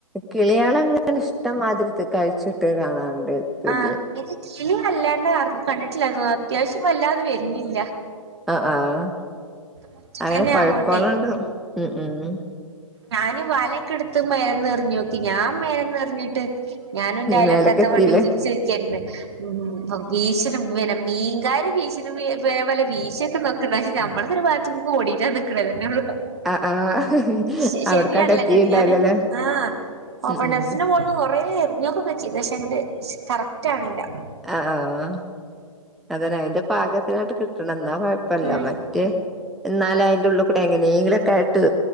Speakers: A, in the centre; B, on the right.
A: കിളികളങ്ങന ഇഷ്ടംമാതിരി തി കഴിച്ചിട്ടെ കാണാണ്ട് തുല്യ
B: ആഹ് ഇത് കിളി വല്ലാണ്ട് കടന്ന് കണ്ടിട്ടില്ലാ തോന്ന് അത്യാവശ്യം വല്ലാതെ വരുന്നില്ല
A: അഹ് ആഹ്
B: മുറ്റത്തന്നെ
A: അങ്ങനെ പഴുക്കോളണ്ട്
B: ആവോണ്ടേ
A: ഉം ഉം
B: ഞാന് വലക്കെട്ത്ത് മേന്നെറിഞ്ഞോക്കി ഞാ മേന്നെറിഞ്ഞിട്ട് ഞാനും എന്റയലൊക്കത്ത
A: മേലക്ക് എത്തില്ലേ
B: വെണ്ണും ചിരിച്ചിരിക്കരുന്ന് ഉം വ വീശലും വ്വെനെ മീൻകാര് വീശലും വി വേ പോലെ വീശിക്കെ നോ ക്ക്ന്ന അത്‌ ഞമ്മട്തൊരു <unintelligible> ഓടിട്ടാ നിക്ക്ണത് രണ്ടാളും
A: അഹ് ആഹ്
B: ശ
A: അവിടക്കാണ്ട്
B: ശരിയാണല്ലേ
A: എത്തിണ്ടാവില്ലല്ലേ
B: ഇങ്ങട്ട് ഞാന് ആഹ് ഓപ്പൺ
A: ഉം ഉം
B: ടെറിസിന്റെ മോള് കൊറെ എറിഞ്ഞൊക്കെ പ ചെയ്ത് പക്ഷേ ങ്ങട്ട് ശ് കറക്റ്റ് ആവണില്ല.
A: അഹ് ആഹ് ആഹ് അതന്നെ അയിന്റെ പാകത്തിനായിട്ട് കിട്ടണം എന്നാ കൊഴപ്പല്ല
B: ഉം
A: മറ്റേ എന്നാലും അയിന്റെ ഉള്ള് കൂടെ എങ്ങനെങ്കിലുക്കെ ആയിട്ട്